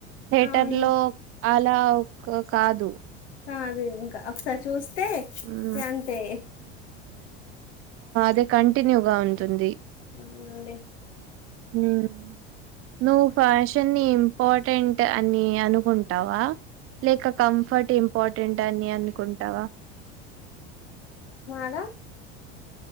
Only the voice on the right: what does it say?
థేటర్
లో అలా ఒక కాదు
ఉమ్,
దే కంటిన్యూగా ఉంటుంది
ఉమ్ నువ్ ఫ్యాషన్ని పార్టెంట్ అని అనుకుంటావా లేక కంఫర్ట్ ఇం పార్టెంట్ అని అనుకుంటావా